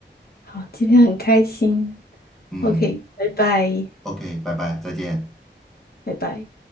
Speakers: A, on the left (about 55°); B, in the centre.
A: 好，今天很开心。
B: 嗯
A: OK，拜拜，
B: ，OK，拜拜，再见。
A: 拜拜。